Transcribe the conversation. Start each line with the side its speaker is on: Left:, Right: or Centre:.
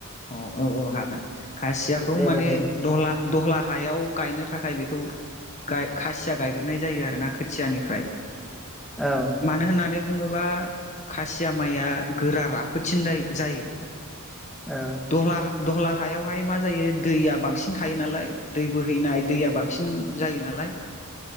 Left: औ औ औ हागोन खासियाखौ
Centre: दे
Left: माने
Centre: दे बुं
Left: दहला दहला हायाव गायनो थाखाय बेखौ खासिया गायग्रोनाय जायो आरोना खोथियानिफ्राय
Centre: औ
Left: मानो होननानै बुङोबा? खासिया माइया गोरा राफोदसिन जायो।
Centre: औ
Left: दहला दहला हायावहाय मा जायो दैया बांसिन थायो नालाय दै बोहैनाय दैया बांसिन जायो नालाय